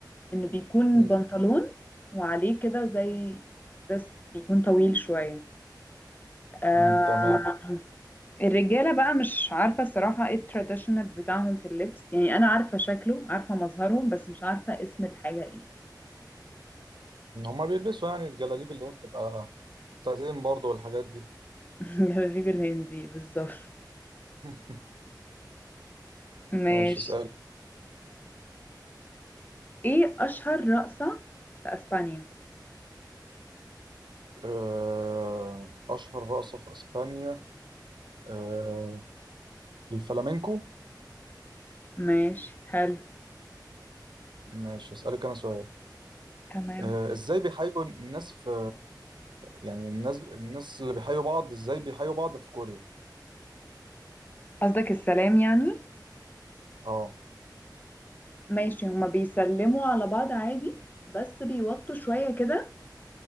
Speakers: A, on the left; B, on the right.
A: انه بيكون
B: مم.
A: بنطلون وعليه كده زي بس بيكون طويل شويه آه
B: مم. تمام
A: الرجالة بقى مش عارفة الصراحة ايه التراديشنال بتاعهم في اللبس يعني أنا عارفة شكله عارفة مظهرهم بس مش عارفة اسم الحاجة ايه
B: هما بيلبسوا يعني الجلاليب اللي هي بتبقى بتاعتين برضه والحاجات دي
A: <laughs> جلابيب الهندي بالظبط
B: <laughs>
A: ماشي
B: ماشي اسال
A: ايه أشهر رقصة في أسبانيا
B: آه اشهر رقصة في اسبانيا آه الفلامينكو
A: ماشي حلو
B: ماشي اسالك انا سؤال
A: تمام
B: آه ازاي بيحيوا الناس في يعني الناس الناس اللي بيحيوا بعض ازاي بيحيوا بعض في كوريا
A: قصدك السلام يعني
B: اه
A: ماشي هما بيسلموا على بعض عادي بس بيوطوا شوية كده